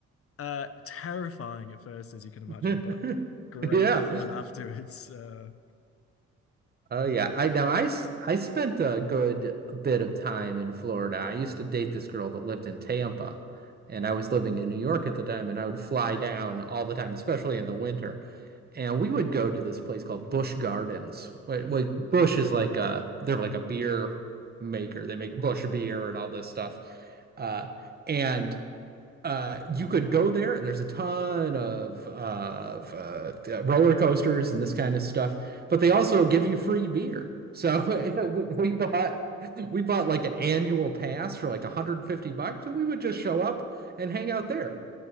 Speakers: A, on the left (about 50°); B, on the right (about 30°).
A: uh, terrifying at first, as you can imagine,
B: <laughs>
A: but great
B: Yeah.
A: fun afterwards. Uh,
B: Oh yeah, I now I s- I spent a good bit of time in Florida. I used to date this girl that lived in Tampa, and I was living in New York at the time, and I would fly down all the time, especially in the winter. And we would go to this place called Busch Gardens. Wh- Like Busch is like a they're like a beer maker. They make Busch beer and all this stuff. Uh, and uh, you could go there, and there's a ton of, uh, of uh, uh, roller coasters and this kind of stuff. But they also give you free beer. So <laughs> we we bought we bought like an annual pass for like 150 bucks, and we would just show up and hang out there.